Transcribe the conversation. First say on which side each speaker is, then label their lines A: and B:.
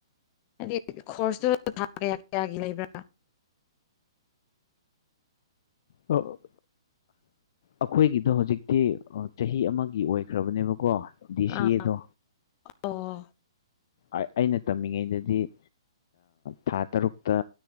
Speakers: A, on the left; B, on the left.
A: ꯍꯥꯏꯗꯤ ꯈꯣꯔꯁꯇꯨ ꯊꯥ ꯀꯌꯥ ꯀꯌꯥꯒꯤ ꯂꯩꯕ꯭ꯔꯥ
B: ꯑꯣ ꯑꯩꯈꯣꯏꯒꯤꯗꯣ ꯍꯧꯖꯤꯛꯇꯤ ꯆꯍꯤ ꯑꯃꯒꯤ ꯑꯣꯏꯈ꯭ꯔꯕꯅꯦꯕꯀꯣ ꯗꯤꯁꯤꯑꯦꯗꯣ
A: ꯑꯥ ꯑꯣ
B: ꯑꯩꯅ ꯇꯝꯃꯤꯉꯩꯗꯗꯤ ꯊꯥ ꯇꯔꯨꯛꯇ